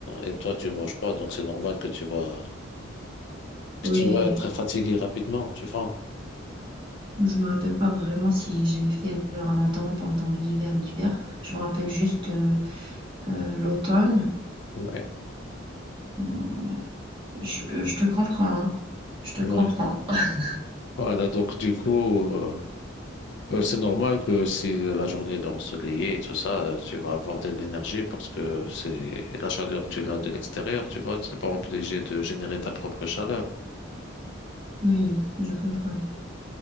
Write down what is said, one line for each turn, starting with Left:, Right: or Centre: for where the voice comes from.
Left: et toi, tu manges pas. Donc, c'est normal que tu vas, que
Right: Oui.
Left: tu vas être fatigué rapidement, tu vois.
Right: Je me rappelle pas vraiment si j'ai fait le ramadan pendant l'hiver, l'hiver. Je me rappelle juste euh, euh, l'automne.
Left: Ouais.
Right: Mm, Je, je te comprends, hein. Je te
Left: Ouais.
Right: comprends. <laughs>
Left: Voilà. Donc, du coup, euh, Euh, c'est normal que si la journée est ensoleillée et tout ça, euh, tu vas avoir de l'énergie parce que c'est la chaleur, tu l'as de l'extérieur, tu vois, tu n'es pas obligé de générer ta propre chaleur.
Right: Oui, je comprends.